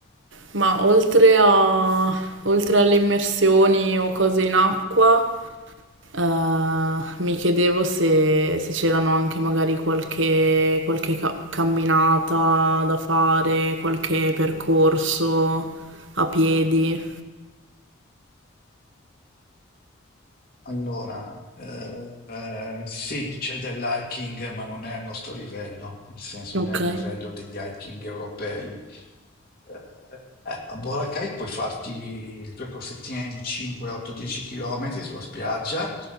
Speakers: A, on the right (about 60°); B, on the left (about 45°).
A: Ma oltre a... oltre alle immersioni o cose in acqua, Eh, mi chiedevo se, se c'erano anche magari qualche, qualche ca- camminata da fare, qualche percorso a piedi.
B: Allora, eh, eh, sì, c'è dell'hiking, ma non è al nostro livello, nel senso
A: Ok.
B: non è al livello degli hiking europei. Eh, eh, a Boracay puoi farti le tue corsettine di 5, 8, 10 km sulla spiaggia,